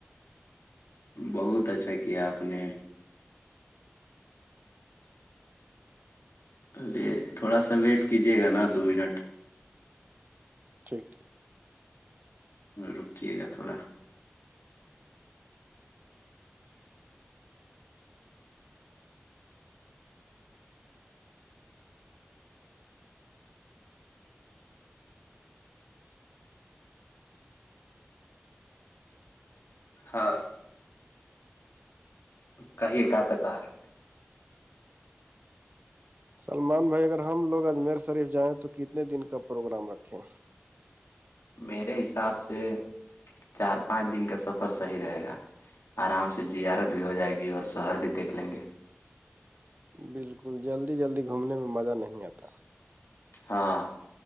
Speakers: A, on the left; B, on the right.
A: بہت اچھا کیا آپ نے ارے تھوڑا سا ویٹ کیجیے گا نا دو منٹ
B: ٹھیک ٹیک
A: رکیے گا تھوڑا ہاں کہیے کیا تک آ رہے تھے
B: سلمان بھائی اگر ہم لوگ اجمیر شریف جائیں تو کتنے دن کا پروگرام رکھیں
A: میرے حساب سے چار پانچ دن کا سفر صحیح رہے گا آرام سے زیارت بھی ہو جائے گی اور شہر بھی دیکھ لیں گے
B: بالکل جلدی جلدی گھومنے میں مزہ نہیں آتا
A: ہاں